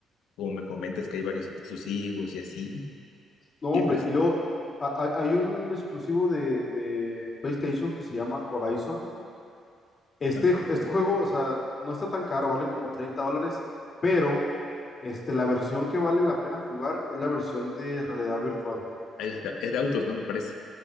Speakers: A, on the left; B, on the left.
A: como me comentas, que hay varios exclusivos y así.
B: No,
A: Y
B: hombre,
A: pues,
B: y luego... ha- ha- Hay un exclusivo de, de PlayStation que se llama Horizon, Este,
A: am-
B: este juego, o sea, no está tan caro, vale como 30 dólares, pero este, la versión que vale la pena jugar es la versión de realidad virtual.
A: hay hasta- es de autos, ¿no? Me parece.